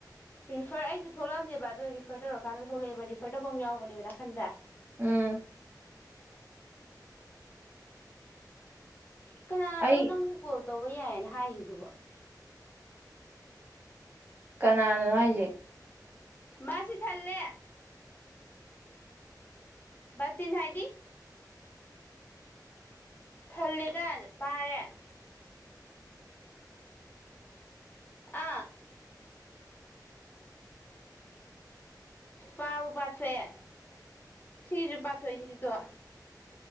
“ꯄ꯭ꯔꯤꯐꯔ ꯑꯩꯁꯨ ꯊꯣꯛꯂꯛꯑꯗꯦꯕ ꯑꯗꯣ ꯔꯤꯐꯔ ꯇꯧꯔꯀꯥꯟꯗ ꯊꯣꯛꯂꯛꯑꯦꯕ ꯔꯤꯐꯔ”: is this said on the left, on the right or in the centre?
Left